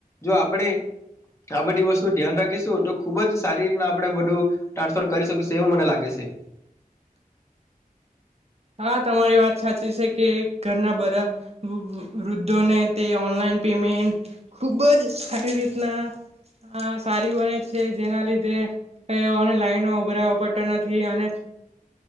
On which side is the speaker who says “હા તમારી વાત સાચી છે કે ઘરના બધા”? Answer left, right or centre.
Right